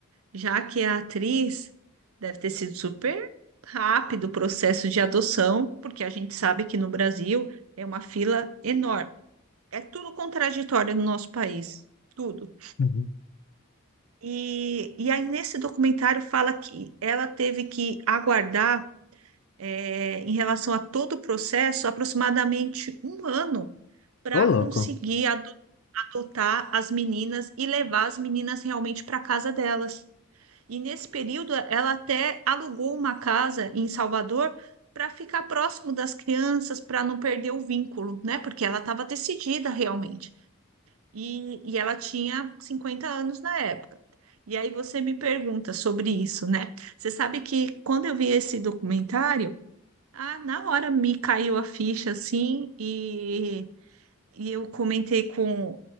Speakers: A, on the right; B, on the left.
A: já que a atriz deve ter sido super rápido o processo de adoção, porque a gente sabe que no Brasil é uma fila enorme. É tudo contraditório no nosso país, tudo.
B: Uhum.
A: E, e aí, nesse documentário, fala que ela teve que aguardar, é, em relação a todo o processo, aproximadamente um ano para
B: Ô, louco.
A: conseguir ado- adotar as meninas e levar as meninas realmente para casa delas. E nesse período, ela até alugou uma casa em Salvador para ficar próximo das crianças, para não perder o vínculo, né? Porque ela estava decidida realmente. E, e ela tinha 50 anos na época. E aí você me pergunta sobre isso, né? Você sabe que quando eu vi esse documentário, ah, na hora me caiu a ficha assim, e, e eu comentei com,